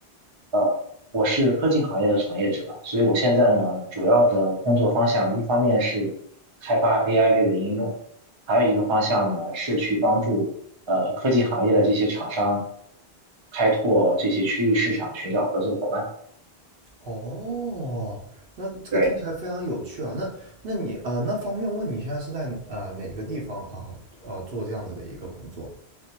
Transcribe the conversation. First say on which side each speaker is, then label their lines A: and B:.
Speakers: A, on the right; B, on the right.
A: 呃，我是科技行业的从业者，所以我现在呢，主要的工作方向，一方面是开发 AI 类的应用，还有一个方向呢，是去帮助呃科技行业的这些厂商开拓这些区域市场，寻找合作伙伴。
B: 哦，那这个听起来非常有趣啊。
A: 对。
B: 那那你呃，那方便问你现在是在呃哪个地方啊呃做这样子的一个工作？